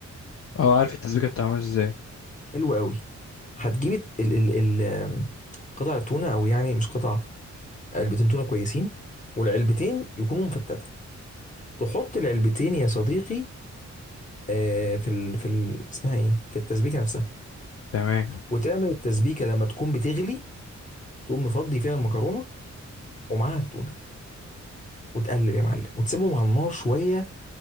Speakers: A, on the left; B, on the left.
A: اه عارف التسبيكه بتتعمل ازاي
B: حلو قوي هتجيب الت- ال ال ال قطع التونه او يعني مش قطع علبتين تونه كويسين والعلبتين يكونوا مفتته تحط العلبتين يا صديقي آه، في ال في ال اسمها ايه في التسبيكه نفسها
A: تمام
B: وتعمل التسبيكه لما تكون بتغلي تقوم مفضي فيها المكرونه ومعاها التونه وتقلب يا معلم وتسيبهم على النار شويه